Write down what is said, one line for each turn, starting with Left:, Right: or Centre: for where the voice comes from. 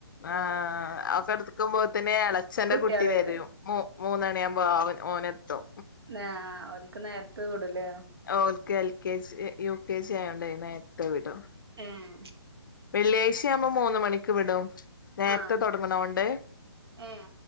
Left: ആ അവക്കെ എടുക്കുമ്പോത്തന്നെ ഇളച്ചന്റെ
Right: കുട്ട്യാള്
Left: കുട്ടി വരും
Right: വരെ
Left: മൂ മൂന്നണിയ ആവുമ്പോ അവൻ ഓനെത്തും
Right: <unintelligible> അവലക്ക് നേരത്ത വിടൂലേ
Left: ഒള്ക്കെ L K G U K G ആയൊണ്ടായി നേ നേരത്തെ വിടോ
Right: ഉം
Left: വെള്ളിയാഴ്ച ആവുമ്പോ മൂന്ന് മണിക്ക് വിടും നേരത്തെ
Right: ആഹ്
Left: തുൊടങ്ങണ കൊണ്ട്
Right: ഏഹ്